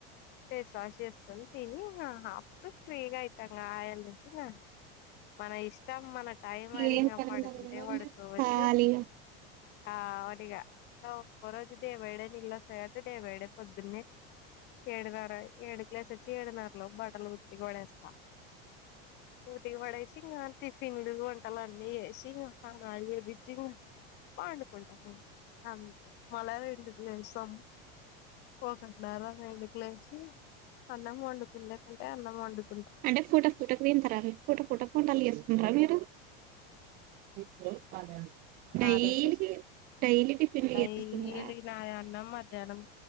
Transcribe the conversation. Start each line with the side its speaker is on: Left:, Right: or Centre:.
Left: ఫేసువాష్ చేసుకొని తిని ఇగ అప్పుడు ఫ్రీగా అయితాంగాయన్ జెప్పిగా మన ఇష్టం మన టైం ఆది
Right: ఏం
Left: ఇంగ
Right: పని
Left: పడుకుంటే
Right: ఉండదు కదండి
Left: పడుకోవచ్చు
Right: ఖాళీగా
Left: ఆహ్ అవునిగా ఒక్కొరోజు డేబైడే నీలు వస్తాయి గాబట్టి డేబైడే పొద్దునే ఏడున్నర ఏడుక్ లేసోచ్చి ఏడున్నారా లోపు బట్టల్ ఉతికిపడేస్తా ఉతికి పడేసి ఇంగ టిఫిన్లు టాల్లాన్ని ఎసి సానలు చేయిపిచ్చి పాండుకుంటాము అంతే మల రెండుకి లేసాం ఒకటినర రెండుకులేసి అన్నం వండుకున్న కంటే అన్నం వండుకు
Right: అంటె ఫొటొక్ ఫొటొక్ దింతరా మీర్ ఫొటొ ఫొటొ ఫొటొ ఫోటల్ జేస్కుంట్రా మీరు. <unintelligible> డైలీ
Left: ఆదైతే
Right: డైలీ టిఫిన్లు
Left: అయి
Right: చేసుకుంటారా
Left: ఎలిగిన అయన్నం మ ద్యనం